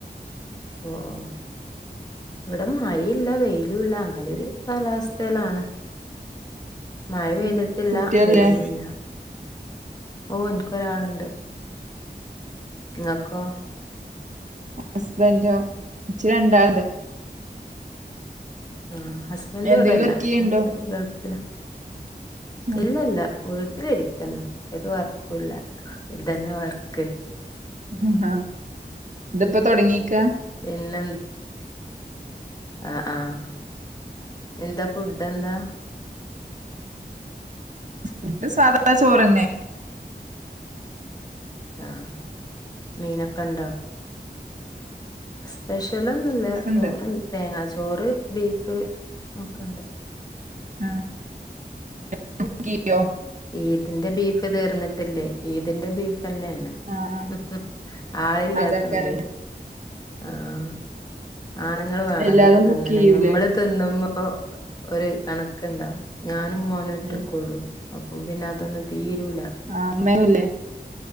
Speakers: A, on the left (about 20°); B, on the right (about 45°).
A: ഓഹ് ഇവിടെ മഴില്ല വെയിലും ഇല്ല അങ്ങനെരു കാലാവസ്ഥയിലാണ്. മഴ പെയ്തിട്ടില്ല
B: ഉം കുട്ടികളില്ലേ
A: വെയിലുംല്ല. ഓഹ് എനിക്കൊരാളുണ്ട് ഇങ്ങക്കോ.
B: ഹസ്ബൻഡോ ഇച്ച് രണ്ടാളുണ്ട്.
A: ആഹ് ഹസ്ബൻണ്ട്
B: എന്തെങ്കിലും
A: ഇവിടെല്ല
B: വർക്ക് ചെയ്യ്ണ്ടോ
A: മുപ്പര് ഗൾഫില.
B: ഉം
A: ഇല്ല ഇല്ല വീട്ടിലിരിക്കന്നേ ഒരു വർകുല്ല. ഇതന്നെ വർക്ക്.
B: ഹ ഹ ത്പ്പൊ തൊടങ്ങീക്ക?
A: പിന്നെന് ആ ആഹ് എന്താ ഫുഡെന്താ?
B: ഫുഡ് സാദാ ചോറെന്നെ.
A: ആഹ് മീനൊക്കണ്ടൊ? സ്പെഷ്യലൊന്നുല്ല
B: ഉണ്ട്
A: ചോറ് തേങ്ങാ ചോറ് ബീഫ് ഒക്കെണ്ട്.
B: ആഹ് <unintelligible> കുക്കിയോ?
A: ഈദിന്റെ ബീഫ് തീർന്നിട്ടില്ലേ ഈദിന്റെ ബീഫന്നെണ്.
B: ആഹ്
A: ഹു ഹും ആളില്ലാത്തൊണ്ട്
B: ആഹ് അതാക്കാരല്ലേ
A: ആഹ്. ആണുങ്ങള് വേണം
B: എല്ലാരും
A: തൊക്കെ തിന്നണേ
B: കുക്കെയ്യൂലേ
A: ഞമ്മള്. തിന്നുമ്പോ ഒരു കണക്കുണ്ടാവും ഞാനും മോനും ഒറ്റക്കോള്ളൂ.
B: ഉം
A: അപ്പൊ പിന്നെ അതൊന്നും തീരൂല.
B: ആഹ് അമ്മേന്നുല്ലേ?